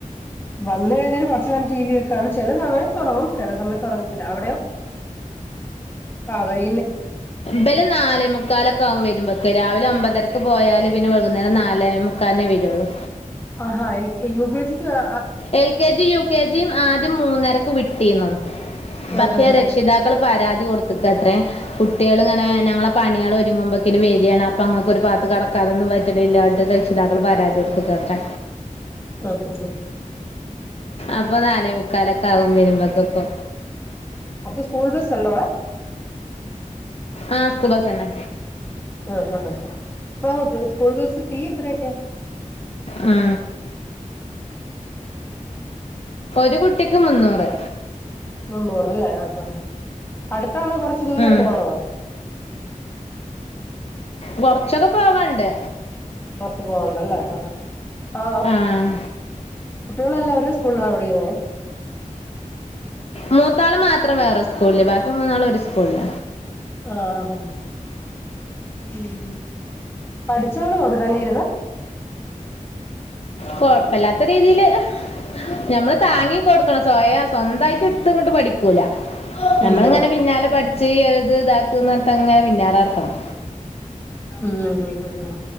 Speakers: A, on the left; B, on the left.
A: വന്ന് കഴിഞ്ഞ് കൊറച്ച് നേരം ടി വി ഒക്കെ കാണും ചെല സമയത്ത് ഒറങ്ങും ചെല സമയത്ത് ഒറങ്ങത്തില്ല അവിടെയോ ആ വൈ
B: വല് നാലേ മുക്കാലൊക്കാവും വരുമ്പോക്ക് രാവിലെ ഒമ്പതരക്ക് പോയാല് പിന്നെ കുന്നേരം നാലേ മുക്കാല്നെ വെരുള്ളൂ
A: ആഹാ എൽ യു കെ ജിക്ക് വേ
B: L K G U K ജിയും ആ ആദ്യം മൂന്നരക്ക് വിട്ടിന്നു പക്ഷെ
A: ആഹ് ആഹ്
B: രക്ഷിതാക്കൾ പരാതി കൊടുത്ത്ക്കത്രേ കുട്ട്യാള് ങ്ങനെ ഞമ്മളെ പണികൾ ഒരുങ്ങുമ്പൊ ന് വെരാണ് അപ്പൊ അങ്ങക്ക് ഒരുപാത്ത് കെടക്കാനൊന്നും പറ്റ്ണ്ല്ല ട്ട് രക്ഷിതാക്കൾ പരാതി കൊടുത്ത്ക്കാ ത്രേ
A: ഹഹഹ
B: അപ്പൊ നാലേ മുക്കാലൊക്കാവും വരുമ്പോക്ക്പ്പൊ
A: അപ്പൊ സ്കൂൾ ബസ് ഉണ്ടോടാ
B: ആ സ്കൂൾ ബസെന്നെ
A: ആ ആ സ്കൂൾ ബസ് ഫീ എത്രേക്കെ
B: ആ ഒരു കുട്ടിക്ക് മുന്നൂറ്
A: മുന്നൂറ് ല്ലേ ആ ആ അടുത്താണോ കൊറച്ച് ദൂരെ
B: ഉം.
A: പോണോ
B: കൊറച്ചൊക്കെ പോവാണ്ട്
A: കൊറച്ച് പോവാണ്ട് ല്ലേ ആ ആ
B: ആഹ്
A: കുട്ടികളെല്ലാരും ഒരേ സ്കൂളിലാണോ പഠിക്കുന്നേ
B: മൂത്താള് മാത്രം വേറെ സ്കൂളില് ബാക്കി മൂന്നാളും ഒരു സ്കൂളില
A: ആ ആ ഉം പഠിച്ചോളോ ഒക്കെ തന്നെയിര്ന്ന്
B: കൊഴപ്പില്ലാത്ത രീതിയില് ഞമ്മള് താങ്ങി കൊടുക്കണം സ്വയം സ്വന്തായിട്ട് ഇട്ത്ത് ങ്ങട്ട് പഠിക്കൂല നമ്മളിങ്ങനെ
A: ഇല്ല
B: പിന്നാലെ പടിച്ച് എ ത് ഇതാക്ക് പറഞ്ട്ടങ്ങനെ പിന്നാലെടക്കണം
A: ഉം ഉം